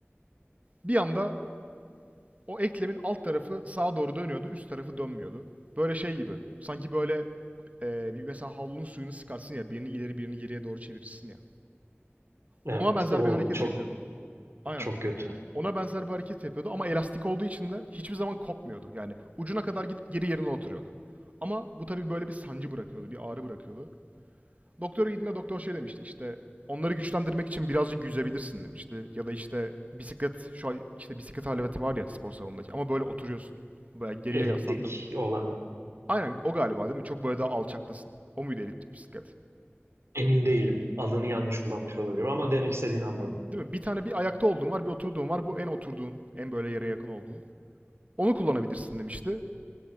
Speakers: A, on the right; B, on the right.
A: Bir anda o eklemin alt tarafı sağa doğru dönüyordu, üst tarafı dönmüyordu. Böyle şey gibi. Sanki böyle e, bir mesela havlunun suyunu sıkarsın ya birini ileri birini geriye doğru çevirirsin ya.
B: Evet.
A: Ona benzer
B: Oo,
A: bir hareket
B: çok
A: yapıyordum. Aynen
B: çok kötü.
A: Ona benzer bir hareket yapıyordu ama elastik olduğu için de hiçbir zaman kopmuyordu. Yani ucuna kadar gidip geri yerine oturuyordu. Ama bu tabii böyle bir sancı bırakıyordu, bir ağrı bırakıyordu. Doktora gittiğinde doktor şey demişti işte onları güçlendirmek için birazcık yüzebilirsin demişti. Ya da işte bisiklet şu an işte bisiklet aleveti var ya spor salonundaki ama böyle oturuyorsun. Böyle geriye
B: Eliptik
A: yaslandın.
B: olan.
A: Aynen o galiba değil mi? Çok böyle daha alçaktasın. O muydu eliptik bisiklet?
B: Emin değilim. Adını yanlış kullanmış olabilirim ama demek istediğini anladım.
A: Değil mi? Bir tane bir ayakta olduğun var, bir oturduğun var. Bu en oturduğun, en böyle yere yakın olduğun. Onu kullanabilirsin demişti.